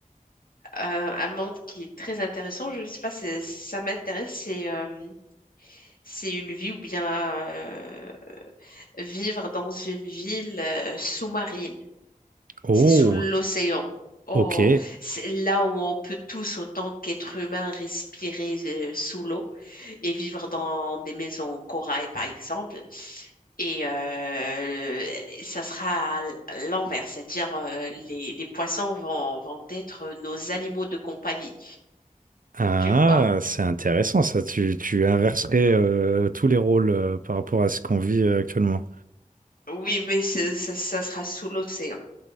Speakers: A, on the left; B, on the right.
A: un- un monde qui est très intéressant, je ne sais pas si ça m'intéresse, c'est euh, c'est une vie ou bien euh, vivre dans une ville euh, sous-marine.
B: Oh,
A: C'est sous l'océan. Oh,
B: ok.
A: c'est là où on peut tous, autant qu'être humain, respirer euh, sous l'eau et vivre dans des maisons en corail, par exemple. Et euh, ça sera à l'envers, c'est-à-dire euh, les, les poissons vont, vont être nos animaux de compagnie.
B: Ah,
A: Tu vois?
B: c'est intéressant, ça. Tu, tu inverserais euh, tous les rôles euh, par rapport à ce qu'on vit euh, actuellement.
A: Oui, mais c'est- ça, ça sera sous l'océan.